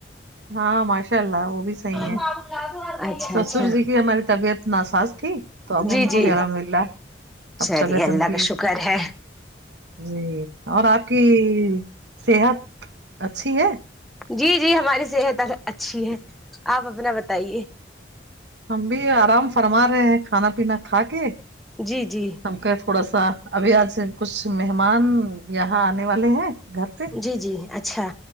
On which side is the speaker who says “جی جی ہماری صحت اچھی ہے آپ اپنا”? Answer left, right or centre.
Centre